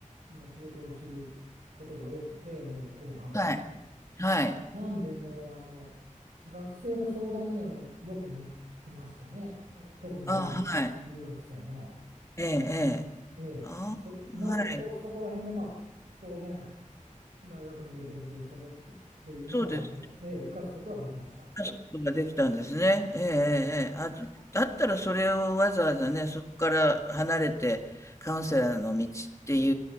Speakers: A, on the right (about 85°); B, on the left (about 20°).
A: の仕事をすることが多くて、もう後半は。
B: はい、はい。
A: なんでもうあの学生の相談にはもうよく乗ってましたね。え特に留学生、
B: ああ、はい。
A: 留学生の。
B: ええ、ええ。
A: ええ、
B: ああ、
A: そ、なんでそ、
B: はい。
A: そこら辺でまあ当然大学院で勉強したことっていうのはあの、
B: そうです。
A: ええ、生かすことはできました。
B: 出すことができたんですね。ええ、ええ、ええあと、だったらそれをわざわざね、そこから離れて、カウンセラーの道ってい